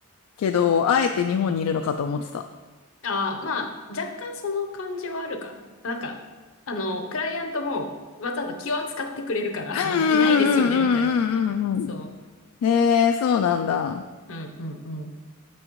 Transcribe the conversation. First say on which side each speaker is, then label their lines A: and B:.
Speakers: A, on the left (about 80°); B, on the left (about 65°).
A: けど、あえて日本にいるのかと思ってた。
B: う。うん。ああ、まあ若干その感じはあるかな。なんか、あの、クライアントもわざわざ気を扱ってくれるから、
A: うんうんうんうんうんうんう
B: <laughs> あの、いないですよね、みたいな。そ
A: ん。へえ、そうなんだ。
B: う。うんうんうん。